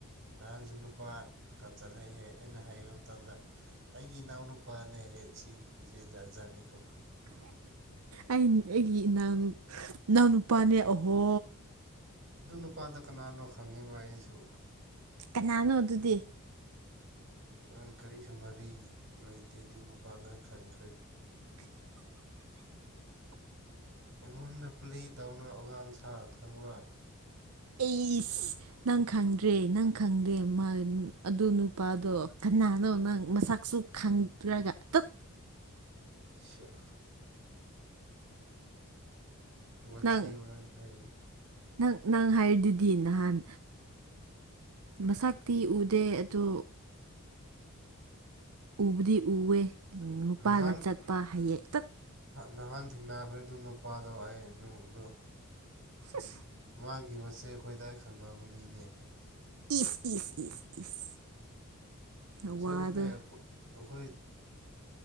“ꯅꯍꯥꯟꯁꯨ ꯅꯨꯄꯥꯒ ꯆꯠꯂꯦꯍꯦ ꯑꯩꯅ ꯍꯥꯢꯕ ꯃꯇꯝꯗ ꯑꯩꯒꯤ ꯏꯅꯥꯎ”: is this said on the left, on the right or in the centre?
Right